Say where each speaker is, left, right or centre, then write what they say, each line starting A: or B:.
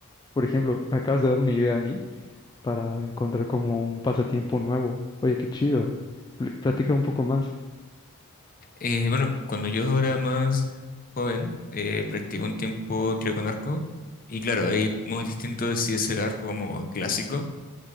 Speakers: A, on the left; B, on the left.
A: por ejemplo, me acabas de dar una idea a mí para encontrar como un pasatiempo nuevo. Oye, qué chido. Pl- Platica un poco más.
B: Eh, bueno, cuando yo era más joven, eh, practiqué un tiempo tiro con arco. Y claro, ahí es muy distinto de si es el arco como clásico